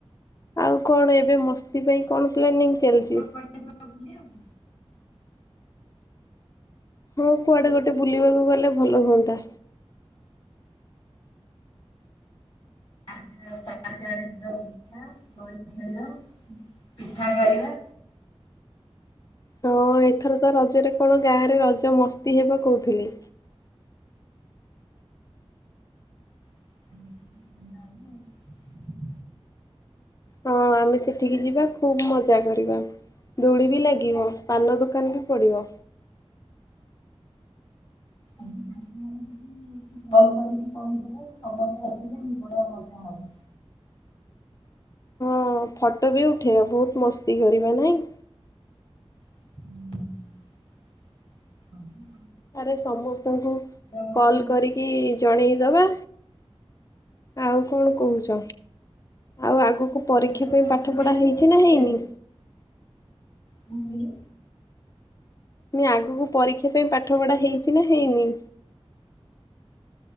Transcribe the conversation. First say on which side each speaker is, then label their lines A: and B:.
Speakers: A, on the left; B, on the left.
A: ଆଉ କଣ ଏବେ ମସ୍ତି ପାଇଁ କଣ ପ୍ଲାନିଂ ଚାଲିଛି?
B: କୁଆଡେ କୁଆଡେ ବୁଲିବାକୁ?
A: ହଁ କୁଆଡେ ଗୋଟେ ବୁଲିବାକୁ ଗଲେ ଭଲ ହୁଅନ୍ତା।
B: ଡ ପିଠା କରିବା
A: ହଁ ଏଥର ତ ରଜରେ କଣ ଗାଁ ରେ ରଜ ମସ୍ତି ହେବ କହୁଥିଲେି
B: ଆ
A: ହଁ ଆମେ ସେଠିକି ଯିବା ଖୁବ ମଜା କରିବା ଦୂଳି ବି ଲାଗିବ ପାନ ଦୋକାନ ବି ପଡିବ।
B: ଙ୍କୁଲ କରିକି କହିଦେବ ସମସ୍ତେ ଆସିଲେ ଇମ୍ପୋଟାଣ୍ଟ କଥା ହବ
A: ହଁ ଫଟୋ ବି ଉଠେଇବା ବହୁତ ମସ୍ତି କରିବା ନାଇଁ।
B: ହୁଁ ହ
A: ଆରେ ସମସ୍ତଙ୍କୁ
B: ମସ୍ତି
A: କଲ
B: ହବ
A: କରିକି ଜଣେଇଦବା ଆଉ କଣ କହୁଛ? ଆଉ ଆଗକୁ
B: ଆଉ
A: ପରୀକ୍ଷା
B: ଏଥର
A: ପାଇଁ
B: ପାନ
A: ପାଠ
B: ଖାଇବା
A: ପଢା ହେଇଛି
B: ତମେ
A: ନା
B: ଖାଇବନି?
A: ହେଇନି?
B: କଣ କହିଲୁ?
A: ମୁ ଆଗକୁ ପରୀକ୍ଷା ପାଇଁ ପାଠ ପଢା ହେଇଛି ନା ହେଇନି?